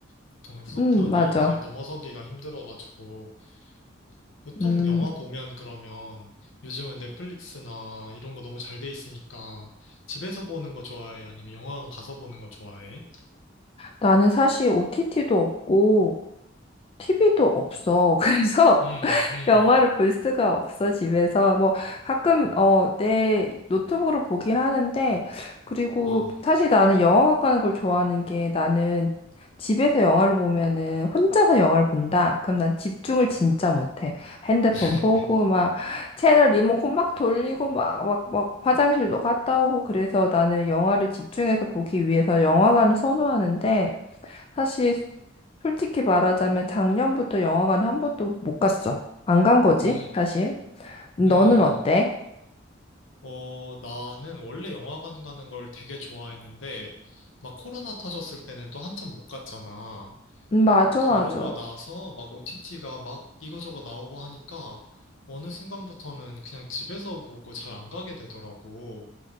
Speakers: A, on the left (about 80°); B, on the left (about 30°).
A: 보통 후속편이
B: 음, 맞아.
A: 이제 넘어서기가 힘들어가지고. 보통
B: 음,
A: 영화 보면 그러면 요즘은 넷플릭스나 이런 거 너무 잘 돼 있으니까 집에서 보는 거 좋아해? 아니면 영화관 가서 보는 거 좋아해?
B: 나는 사실 OTT도 없고 TV도 없어. <laughs> 그래서
A: 음, 음,
B: 영화를 볼 수가 없어, 집에서. 뭐, 가끔, 어, 내 노트북으로 보긴 하는데, 그리고
A: 어.
B: 사실 나는 영화관 가는 걸 좋아하는 게 나는 집에서 영화를 보면은 혼자서 영화를 본다? 그럼 난 집중을 진짜 못해. 핸드폰
A: <laughs>
B: 보고, 막, 채널 리모컨 막 돌리고, 막, 막, 막, 화장실도 갔다 오고, 그래서 나는 영화를 집중해서 보기 위해서 영화관을 선호하는데, 사실 솔직히 말하자면 작년부터 영화관 한 번도 못 갔어. 안 간 거지,
A: 음,
B: 사실. 너는
A: 음.
B: 어때?
A: 어, 나는 원래 영화관 가는 걸 되게 좋아했는데, 막 코로나 터졌을 때는 또 한참 못 갔잖아.
B: 음, 맞아,
A: 그러고
B: 맞아.
A: 나서 막 OTT가 막 이거저거 나오고 하니까 어느 순간부터는 그냥 집에서 보고 잘 안 가게 되더라고.